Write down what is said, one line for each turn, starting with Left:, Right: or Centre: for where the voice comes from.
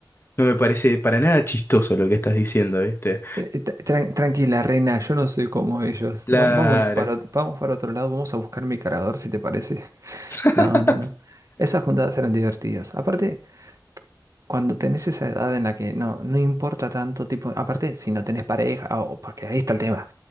Left: no me parece para nada chistoso lo que estás diciendo, ¿viste?
Right: Eh, tra- tran- Tranquila, reina, yo no soy como ellos.
Left: Claro,
Right: Va- vámonos para, ot- vamos para otro lado, vamos a buscar mi cargador si te parece. <laughs>
Left: <laughs>
Right: No, no, no. Esas juntadas eran divertidas. Aparte, cuando tenés esa edad en la que no, no importa tanto tipo, aparte, si no tenés pareja, o porque ahí está el tema.